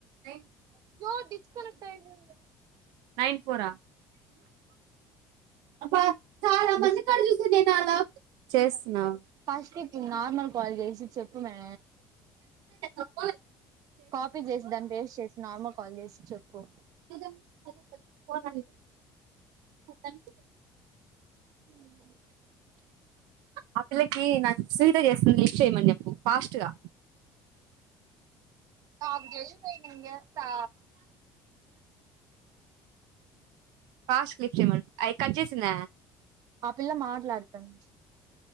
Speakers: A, on the right; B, on the right.
A: ఏ
B: అయ్యో డిస్కనెక్ట్ అయిడి
A: నైన్ ఫోరా అ చాలా మంది
B: డిస్
A: కడు చూసి నేను అలా చేస్తున్నా
B: ఫస్ట్ నార్మల్ కాలేజ్సి చెప్పు మే
A: అప్పు
B: కాపీ చేసి దాన్ని వేస్ట్ చేసి నార్మల్ కాల్ చేసి చెప్పు
A: <inaudible>
B: ఉ
A: ఆ పిల్లకి నా సూవిత చేస్తుంది లిస్ట్ చేయమని చెప్పు ఫాస్ట్గా
B: నాకు చేయవే నేను జేస్తా
A: పాస్ట్ క్లిఫ్ట్ ఏమడి అది కట్ చేసిందా
B: ఆ పిల్లా మాట్లాడుతంది